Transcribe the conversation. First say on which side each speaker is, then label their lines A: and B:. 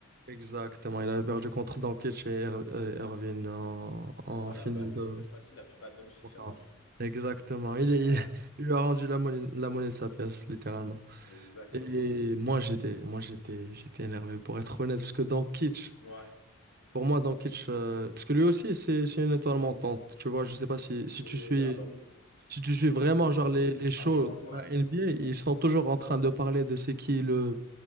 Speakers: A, on the right; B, on the left.
A: exactement. Il avait perdu contre Doncic et Ir- euh, Irving en, en
B: Voilà,
A: finale
B: bah, et
A: de
B: cette fois-ci, il a pu battre Doncic
A: conférence.
B: alors.
A: Exactement. Il,
B: Voilà,
A: est- il, il lui a rendu la monnaie, la monnaie de sa pièce, littéralement.
B: exactement,
A: Et
B: ouais.
A: moi, j'étais, moi, j'étais, j'étais énervé, pour être honnête, parce que Doncic,
B: Ouais.
A: pour moi, Doncic, euh,
B: mhm.
A: parce que lui aussi, c'est, c'est une étoile montante. Tu vois, je sais pas si, si
B: Oui,
A: tu suis
B: ah bah oui.
A: Si tu suis vraiment
B: Oui, oui,
A: genre
B: ça-
A: les,
B: ça-
A: les
B: c'est
A: shows
B: un des grands
A: de
B: joueurs.
A: la NBA, ils sont toujours en train de parler de c'est qui le